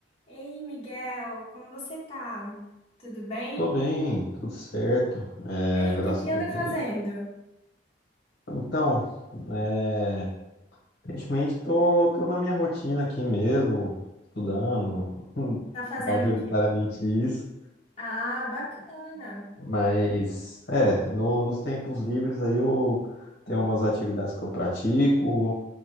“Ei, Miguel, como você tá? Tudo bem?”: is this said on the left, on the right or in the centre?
Left